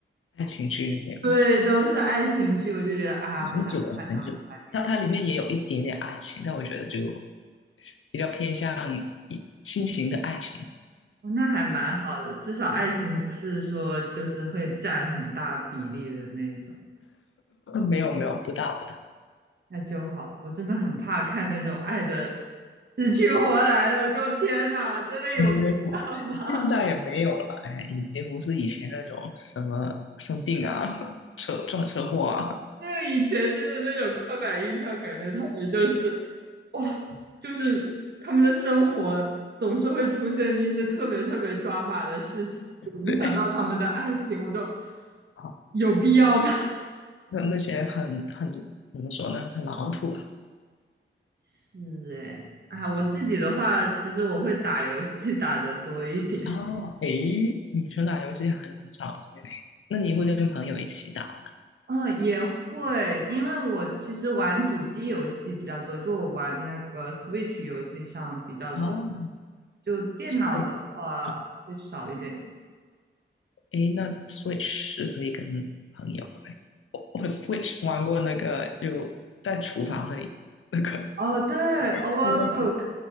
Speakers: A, on the left; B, on the right.
A: 爱情剧这些吧，
B: 对，都是爱情剧，我就觉得啊，不想看他们谈恋爱。
A: 很久了很久了，但它里面也有一点点爱情，但我觉得就比较偏向亲情的爱情。
B: 哦，那还蛮好的，至少爱情不是说就是会占很大比例的那一种，
A: 啊。没有没有，不大不大，
B: 那就好。我真的很怕看那种爱的死去活来的，我就天哪，真的有必要吗？
A: 没有，现在也没有了。哎，已经不是以前那种什么生病啊、车撞车祸啊，
B: 对，以前真的那种刻板印象，感觉他们就是哇，就是他们的生活总是会出现一些特别特别抓马的事情，影响到他们的爱情，
A: 对
B: 我就
A: 啊，
B: 有必要吗？<laughs>
A: 那那些很很怎么说呢，很老土啊。
B: 是哎，哎，我自己的话，其实我会打游戏打的多一点。
A: 哦，哎，你说打游戏很很少见嘞。那你会跟朋友一起打吗？
B: 啊，也会，因为我其实玩主机游戏比较多，就我玩那个 Switch 游戏上比较多，
A: 哦，
B: 就电脑的话会少一点。
A: 就可以啊。哎，那 Switch 是可以跟朋友哎，我我 Switch 玩过那个，就在厨房那里那个 <laughs>
B: 哦，对，Overcook，
A: o v e r c o o